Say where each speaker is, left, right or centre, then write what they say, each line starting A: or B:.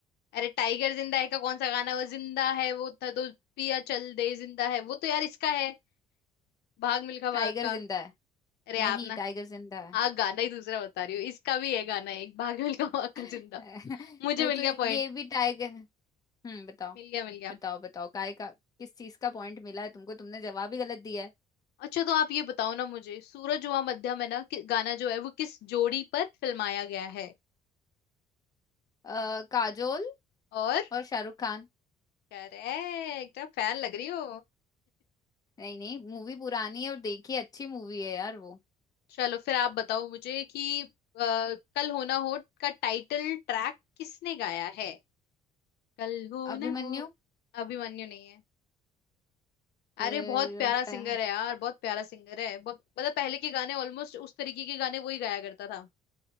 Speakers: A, on the left; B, on the left.
A: अरे टाइगर जिंदा है का कौन सा गाना है? वो जिंदा है वो था तो पिया चल दे जिंदा है वो तो यार इसका है भाग मिल्खा भाग
B: टाइगर
A: का
B: जिंदा है
A: अरे
B: नहीं
A: आप ना
B: टाइगर जिंदा
A: आप गाना ही दूसरा बता रही हो इसका भी है गाना एक भाग मिल्खा भाग
B: है <laughs> <laughs>
A: का जिंदा मुझे मिल
B: तो
A: गया पॉइंट
B: ये भी ट्राई कर हम्म बताओ
A: मिल गया मिल गया
B: बताओ बताओ काय का किस चीज का पॉइंट मिला है तुमको तुमने जवाब ही गलत दिया है
A: अच्छा तो आप ये बताओ ना मुझे सूरज हुआ मध्यम है ना कि गाना जो है वो किस जोड़ी पर फिल्माया गया है
B: अ, काजोल
A: और
B: और शाहरुख खान
A: करेक्ट आप फैन लग रही हो
B: नहीं नहीं मूवी पुरानी है और देखी अच्छी मूवी है यार वो
A: चलो फिर आप बताओ मुझे कि अ, कल हो ना हो का टाइटल ट्रैक किसने गाया है कल हो
B: अभिमन्यु
A: ना हो अभिमन्यु नहीं है
B: फिर
A: अरे बहुत प्यारा
B: बता
A: सिंगर है यार बहुत प्यारा सिंगर है बहुत मतलब पहले के गाने ऑलमोस्ट उस तरीके के गाने वही गाया करता था